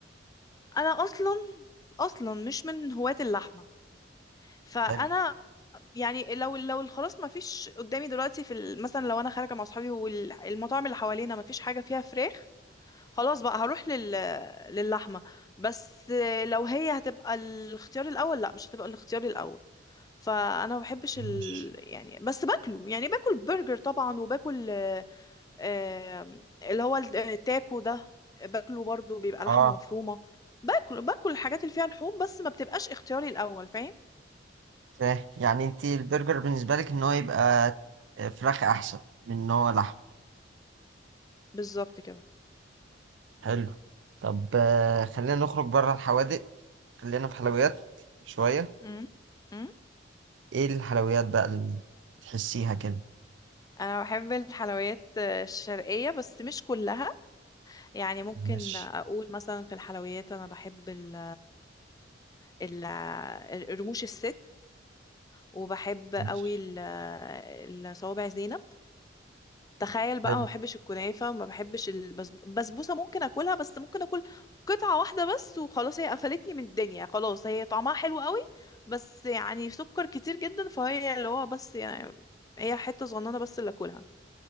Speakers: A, on the left; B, on the right.
A: انا اصلا اصلا مش من هواة اللحمة فانا
B: حلو
A: يعني لو لو خلاص ما فيش قدامي دلوقتي في ال- مثلا لو انا خارجة مع اصحابي والمطاعم اللي حوالينا ما فيش حاجة فيها فراخ خلاص بقى هروح لل للحمة بس لو هي هتبقى الاختيار الاول لا مش هتبقى الاختيار الاول فانا ما بحبش ال...
B: ماشي
A: يعني بس باكله يعني باكل برجر طبعا وباكل آم، اللي هو التاكو ده باكله برضو بيبقى لحمة
B: اه
A: مفرومة باكل باكل الحاجات اللي فيها لحوم بس ما بتبقاش اختياري الأول فاهم
B: فاهم يعني انت البرجر بالنسبة لك ان هو يبقى آه، فراخ احسن من ان هو لحم
A: بالظبط كده
B: حلو طب آه، خلينا نخرج بره الحوادق خلينا في حلويات شوية
A: مم. مم.
B: ايه الحلويات بقى اللي تحسيها كده
A: انا بحب الحلويات آه، الشرقية بس مش كلها يعني ممكن
B: ماشي
A: اقول مثلا في الحلويات انا بحب ال ال رموش الست وبحب
B: ماشي
A: قوي ال- آه، الصوابع زينب تخيل بقى
B: حلو
A: ما بحبش الكنافه وما بحبش البسبوسه ممكن اكلها بس ممكن اكل قطعه واحده بس وخلاص هي قفلتني من الدنيا خلاص هي طعمها حلو قوي بس يعني سكر كتير جدا فهي اللي هو بس يعني هي حته صغننه بس اللي اكلها